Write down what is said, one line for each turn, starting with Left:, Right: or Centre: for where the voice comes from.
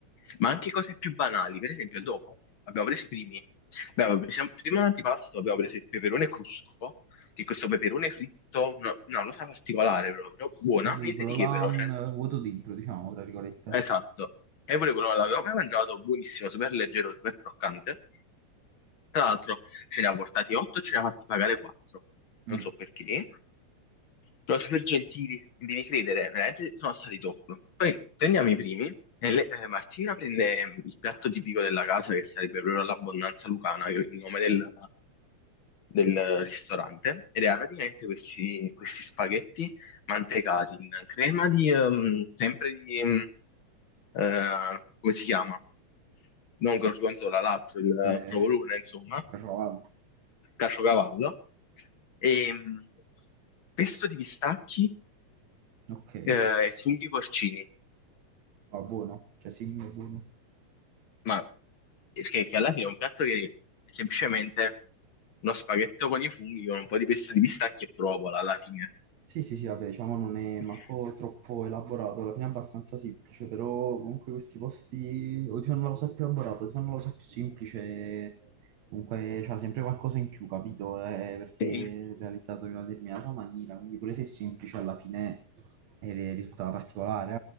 Left: Ma anche cose più banali. Per esempio, dopo abbiamo preso i primi. Abbiamo preso prima un antipasto, abbiamo preso il peperone crusco, che questo peperone fritto, no, no, una cosa particolare proprio, buona,
Right: Sì, sì,
Left: niente
Right: quello
Left: di che
Right: là
Left: però,
Right: mm,
Left: cioè,
Right: eh, vuoto dentro, diciamo, tra virgolette.
Left: esatto. E pure quello l'avevo mai mangiato, buonissimo, super leggero, super croccante. Tra l'altro ce ne ha portati 8 e ce ne ha fatti pagare 4. Non
Right: Mm,
Left: so perché. Però super gentili, devi credere, veramente sono stati top. Poi prendiamo i primi. e le- eh, Martina prende mm, il piatto tipico della casa, che sarebbe proprio l'abbondanza lucana, che è il nome del, del ristorante, ed era praticamente questi, questi spaghetti mantecati in crema di, ehm, sempre di, ehm, eh, come si chiama? Non gorgonzola, l'altro, il eh,
Right: eh,
Left: provolone, insomma,
Right: ciocavallo.
Left: Caciocavallo, e mh, pesto di pistacchi
Right: Ok.
Left: eh, e funghi porcini,
Right: Ah, buono, cioè sì, è buono.
Left: ma perché che alla fine è un piatto che è semplicemente uno spaghetto con i funghi con un po' di pesto di pistacchi e provola alla fine.
Right: Sì, sì, sì, vabbè, diciamo non è manco
Left: <laughs>
Right: troppo elaborato, alla fine è abbastanza semplice, però comunque questi posti o ti fanno la cosa più elaborata, o ti fanno la cosa più semplice, comunque c'ha sempre qualcosa in più, capito? Eh, perché
Left: Sì.
Right: è realizzato in una determinata maniera, quindi pure se è semplice alla fine eh, risultava particolare,